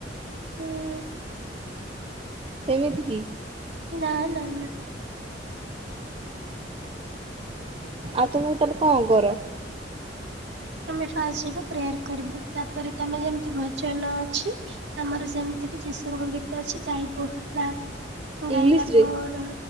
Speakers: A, on the right (about 70°); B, on the right (about 30°).
A: ହୁଁ।
B: ଏମିତି କି?
A: ନା ନା ନା।
B: ଆଉ ତମେ ତାହେଲେ କଁ କର?
A: ଅମେ ଫାଷ୍ଟେ ଯିବୁ ପ୍ରେୟାର କରିବୁ, ତାପରେ ତମେ ଯେମିତି ଭ ଜନ ଅଛି, ଆମର ସେମିତିବି ଯୀଶୁଙ୍କ ଗୀତ ଅଛି ଗାଇବୁ ହେଲା। ଗାଇିଲା
B: ଇଂଲିଶ ରେ
A: ପରେ,